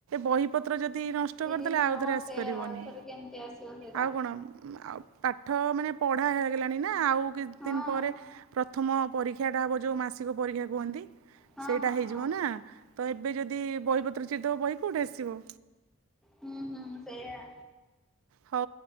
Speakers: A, on the right (about 85°); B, in the centre.
A: ବହି ପତ୍ର ଯଦି ନଷ୍ ନଷ୍ଟ
B: ସିରି
A: କରିଦେଲେ
B: ହଁ
A: ଆଉ ଥରେ ଆସିପାରିବନି
B: ସେଇଆ ଆଉଥରେ କେମିତି ଆସିବ ସେଇଟା
A: ଆଉ କଣ ଆଉ। ପାଠ ମାନେ ପଢ଼ା ହେଗଲାଣି ନା ଆଉ କିଛି
B: ହଁ।
A: ଦିନ ପରେ ପ୍ରଥମ ପରୀକ୍ଷାଟା ହେବ ଯୋଉଁ ମାସିକ ପରୀକ୍ଷା କୁହନ୍ତି
B: ହଁ
A: ସେଇଟା
B: ହଁ
A: ହେଇଯିବ
B: ହଁ
A: ନା। ତ ଏବେ ଯଦି ବହିପତ୍ର ଚିରିଦେବ ବହି କେଉଁଠି ଆସିବ।
B: ହୁଁ ହୁଁ ସେଇଆ।
A: ହଉ